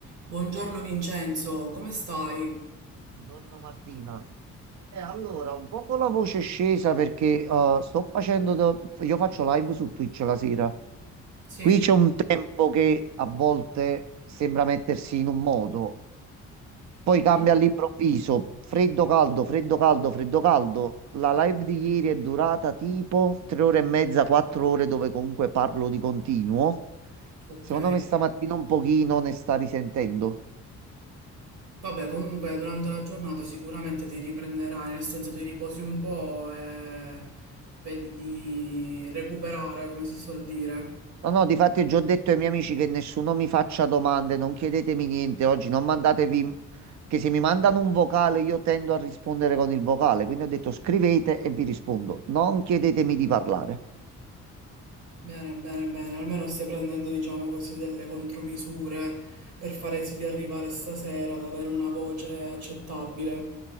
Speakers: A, on the right (about 85°); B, on the right (about 65°).
A: Buongiorno Vincenzo, come stai?
B: Buongiorno Martina. E allora, un po' con la voce scesa perché eh, sto facendo, da- io faccio live su Twitch la sera.
A: Sì,
B: Qui c'è un tempo che a volte sembra mettersi in un modo, poi
A: mhm,
B: cambia all'improvviso, freddo caldo, freddo caldo, freddo caldo. La live di ieri è durata tipo tre ore e mezza, quattro ore dove comunque parlo di continuo.
A: ok.
B: Secondo me stamattina un pochino ne sta risentendo.
A: Vabbè, comunque durante la giornata sicuramente ti riprenderai, nel senso ti riposi un po' e vedi di recuperare, come si suol dire.
B: No, no, difatti già ho detto ai miei amici che nessuno mi faccia domande, non chiedetemi niente oggi, non mandatevi, che se mi mandano un vocale io tendo a rispondere con il vocale, quindi ho detto scrivete e vi rispondo, non chiedetemi di parlare.
A: Bene, bene, bene, almeno stai prendendo, diciamo così, delle contromisure per fare sì di arrivare stasera ad avere una voce accettabile.